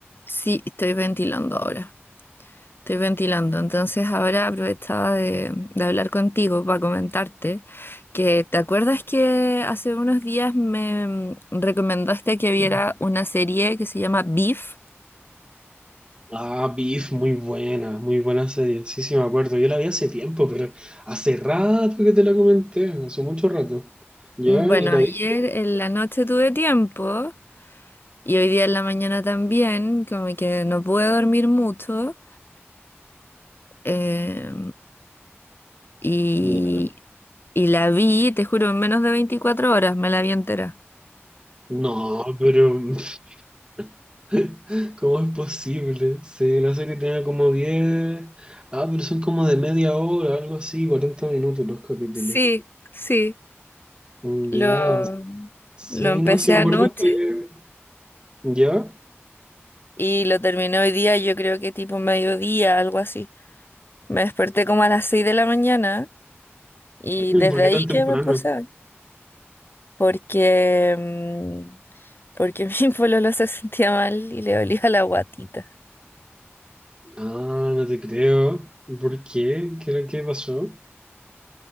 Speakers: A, on the left; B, on the right.
A: Sí, estoy ventilando ahora. Estoy ventilando. Entonces ahora aprovechaba de, de hablar contigo para comentarte que ¿te acuerdas que hace unos días me mm, recomendaste que
B: <clears throat>
A: viera una serie que se llama Beef?
B: Ah, Beef, muy buena, muy buena serie. Sí, sí, me acuerdo. Yo la vi hace tiempo, pero hace rato que te la comenté, hace mucho rato. ¿Ya?
A: Mm, Bueno,
B: ¿Y la
A: ayer
B: viste?
A: en la noche tuve tiempo y hoy día en la mañana también, como que no pude dormir mucho eh, y,
B: Ya.
A: y la vi, te juro, en menos de 24 horas me la vi entera.
B: No, pero <laughs> <laughs> ¿Cómo es posible? Sí, la serie tenía como diez, Ah, pero son como de media hora, algo así, 40 minutos los capítulos.
A: Sí, sí,
B: Mm,
A: lo,
B: Ya. Sí,
A: lo empecé
B: no, sí me
A: anoche
B: No, no acuerdo que... ¿Ya?
A: y lo terminé hoy día, yo creo que tipo mediodía, algo así. Me desperté como a las 6 de la mañana y
B: <laughs>
A: desde
B: ¿Por qué
A: ahí
B: tan temprano?
A: que me puse a ver. porque, mm, porque <laughs> mi pololo se sentía mal y le dolía la guatita.
B: Ah, no te creo. ¿Por qué? ¿Qué, era- qué pasó?